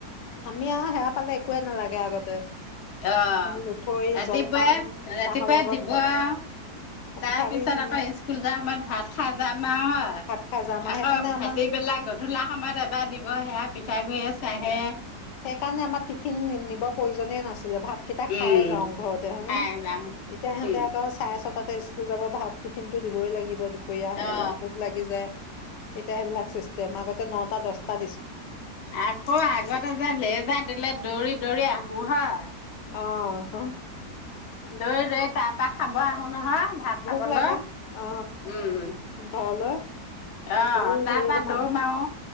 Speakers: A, on the left (about 80°); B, on the left (about 50°).
A: আমি আহ সেৱ পালে একোৱে নালাগে আগতে
B: আহ
A: লুঠৈ
B: ৰাতিপুৱাই
A: জলপান
B: ৰাতিপুৱাই
A: চাহৰ লগত
B: দিব আহ তাৰ
A: পিঠাগুৰি
B: পিছত
A: খিনি
B: আকৌ স্কুল যোৱা সময়ত ভাত খাইজাম আৰু
A: ভাত খাই যাম আৰু
B: আকৌ
A: সেইকাৰণে আমাৰ
B: ভাটিবেলাক গধূলা সময়ত এবাৰ দিব সেয়া পিঠাগুৰিয়ে চাহে
A: সেই কাৰণে আমাৰ টিফিন নি নিব প্ৰয়োজনে নাছিল ভাতকেইটা খাই
B: উম
A: যাওঁ ঘৰতে হয়নে
B: খাই
A: এতিয়া
B: যাওঁহি
A: এতিয়া সিহঁতে
B: উম
A: আকৌ চাই তাতে স্কুল যাব ভাত টিফিনটো দিবই লাগিব দুপিয়া
B: অ
A: ভোক লাগি যায় এতিয়া সেইবিলাক চিষ্টেম আগতে নটা দহটা
B: আকৌ আগতে যে লে মজা দিলে দৌৰি দৌৰি আহো হয়
A: আহ
B: দৌৰি দৈ তাৰ পা খাব আহো নহয় ভাত
A: ভোক
B: খাবলৈ
A: লাগে অ
B: উম
A: ঘৰলৈ
B: আহ
A: ধৰি
B: তাৰ
A: ধৰি
B: পৰা
A: মানুহ
B: দৌৰ মাৰো।